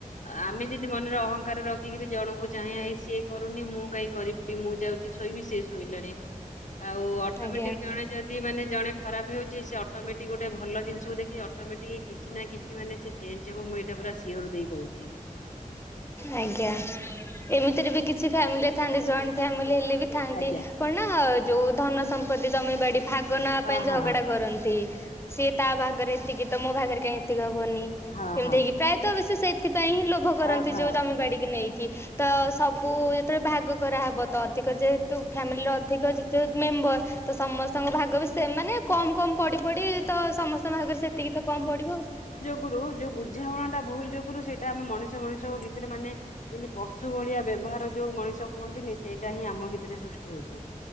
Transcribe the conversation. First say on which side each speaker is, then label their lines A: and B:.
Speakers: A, on the left; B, on the left.
A: ଆମ୍ ତମେ ଯଦି ମନରେ ଅହଂକାର ରଖିକିରି ଜଣଙ୍କୁ ଚାହଁ, ସିଏ କରୁନି ମୁଁ କାହିଁ କରିବି? ମୁଁ ଯାଉ ଯିଏ ଶୋଇବି ସିଏ ଶୋଇଲାଣି। ଆଉ, ଅଟୋମେଟିକ
B: ଆଜ୍ଞା
A: ଜଣେ ଯଦି ମାନେ ଜଣେ ଖରାପ ହେଉଛି, ସେ ଅଟୋମେଟିକ୍ ଗୋଟେ ଭଲ ଜିନିଷକୁ ଦେଖିକି ଅ ଅଟୋମେଟିକ୍ କିଛି ନା କିଛି ମାନେ ସେ ଚେଞ୍ଜ ହବ। ମୁଁ ଏଇଟା ପୁରା ସିଓର ଦେଇ କହୁଛି।
B: ଆଜ୍ଞା, ଏମିତିରେ ବି କିଛି ଫ୍ୟାମିଲିରେ ଥାଆନ୍ତି ଜଏଣ୍ଟ ଫ୍ୟାମିଲି ହେଲେ ବି ଥାନ୍ତି।
A: ଆଜ୍ଞା
B: କଣ ନା, ଯୋଉ ଧନ ସମ୍ପତ୍ତି ଜମିବାଡି ଭାଗ୍ ଗ ନବା
A: ହଁ
B: ପାଇଁ
A: ହଁ
B: ଝଗଡା କରନ୍ତି। ସିଏ ତା ଭାଗରେ ଏତିକି ତ ମୋ ଭାଗରେ କାହିଁ, ଏତିକି ହବନି। ଏମିତି
A: ହଁ ହଁ
B: ହେଇକି ପ୍ରାୟତଃ, ବେଶି ସେଇଥିପାଇଁ ହିଁ ଲୋଭ କରନ୍ତି,
A: ହଁ ହଁ।
B: ଯୋଉ ଜମି ବାଡି କି ନେଇକି। ତ, ସବୁ ଯେତେବେଳେ ଭାଗ କରାହବ, ତ ଅଧିକ ଯେହେତୁ ଫ୍ୟାମିଲିର ଅଧ୍ ଧିକ ଯେତେ ମେମ୍ବର, ତ ସମସ୍ତଙ୍କ ଭାଗ ବି ସେମାନେ କମ୍ କମ୍ ପଡ଼ି ପଡ଼ି ତ ସମସ୍ତଙ୍କ ଭାଗରେ ସେତିକି ତ କମ୍ ପଡିବ ଆଉ।
A: ଗୁରୁ, ଯୋଉ ବୁଝାମଣା ଟା ଭୁଲ୍ ଯୋଗୁରୁ ସେଇଟା ଆମ ମଣିଷ ମଣିଷଙ୍କ ଭିତରେ ମାନେ ଯିଁତି ପଶୁ ଘଳିଆ ବ୍ୟବହାର ଯୋଉ ମଣିଷ କୁହନ୍ତିନି! ସେଇଟା ହିଁ ଆମ ଭିତରେ ସୃଷ୍ଟି ହଉଛି।